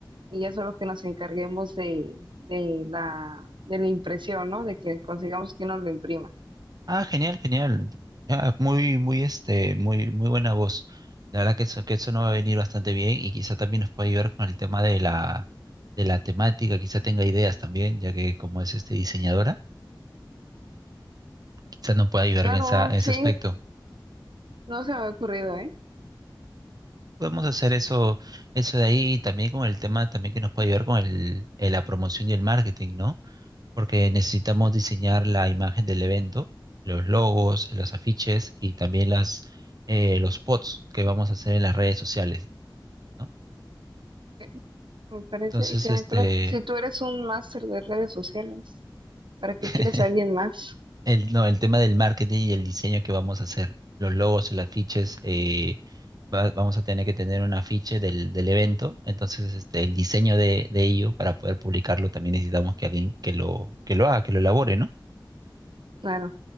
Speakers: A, on the right; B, on the right.
A: y ya solo que nos encarguemos de, de la, de la impresión, ¿no? De que consigamos que nos lo imprima.
B: Ah, genial, genial. Ah, muy, muy, este, muy, muy buena voz. La verdad que eso, que eso nos va a venir bastante bien y quizá también nos puede ayudar con el tema de la, de la temática, quizá tenga ideas también, ya que como es este diseñadora, quizá nos pueda ayudar
A: Claro,
B: en esa, en ese
A: sí,
B: aspecto.
A: No se me ha ocurrido, ¿eh?
B: Podemos hacer eso, eso de ahí y también con el tema también que nos puede ayudar con el, eh, la promoción y el marketing, ¿no? porque necesitamos diseñar la imagen del evento, los logos, los afiches y también las, eh, los spots que vamos a hacer en las redes sociales, ¿no?
A: Eh, Me parece
B: Entonces,
A: excelente.
B: este,
A: Pero si tú eres un máster de redes sociales, ¿para qué
B: <laughs>
A: quieres a alguien más?
B: el, no, el tema del marketing y el diseño que vamos a hacer, los logos, los afiches, eh, va- vamos a tener que tener un afiche del, del evento, entonces este, el diseño de, de ello para poder publicarlo también necesitamos que alguien que lo, que lo haga, que lo elabore, ¿no?
A: Claro.